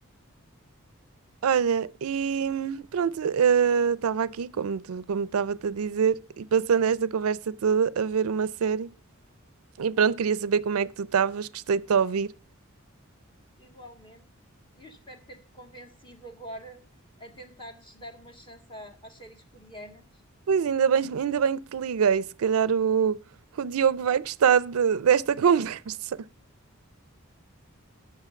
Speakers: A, on the right (about 80°); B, on the left (about 25°).
A: Olha, e pronto, eh, estava aqui, como tu, como estava-te a dizer, e passando esta conversa toda a ver uma série. E pronto, queria saber como é que tu estavas, gostei de te ouvir.
B: Igualmente, eu espero ter-te convencido agora a tentares dar uma chance à- às séries coreanas.
A: Pois ainda bem, ainda bem que te liguei, se calhar o, o Diogo vai gostar de- desta <laughs> conversa.